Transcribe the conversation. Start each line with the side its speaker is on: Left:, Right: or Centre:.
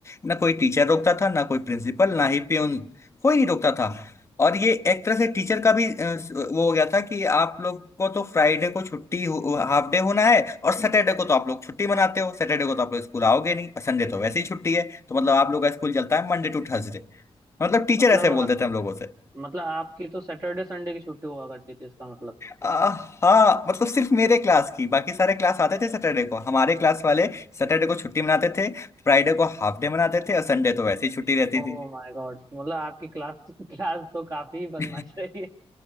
Left: ना कोई टीचर रोकता था ना कोई प्रिंसिपल ना ही प्यून कोई नहीं रोकता था और ये एक तरह से टीचर का भी अ, स- वो हो गया था कि आप लोग को तो फ्राइडे को छुट्टी हाफ डे होना है और सैटरडे को तो आप लोग छुट्टी मनाते हो सैटरडे को तो आप लोग स्कूल आओगे नहीं और संडे तो वैसे ही छुट्टी है तो मतलब आप लोग का स्कूल चलता है मंडे टू थर्सडे मतलब टीचर
Right: मतलब
Left: ऐसे बोलते थे हम लोगों से
Right: मतलब आपकी तो सैटरडे संडे की छुट्टी हुआ करती थी इसका मतलब।
Left: आ, हाँ मतलब सिर्फ मेरे क्लास की बाकी सारे क्लास आते थे सैटरडे को हमारे क्लास वाले सैटरडे को छुट्टी मनाते थे फ्राइडे को हाफ डे मनाते थे और संडे तो वैसे ही छुट्टी रहती
Right: ओह
Left: थी
Right: माय गॉड मतलब आपकी क्लास क्लास तो काफी बदमाश
Left: <laughs>
Right: रही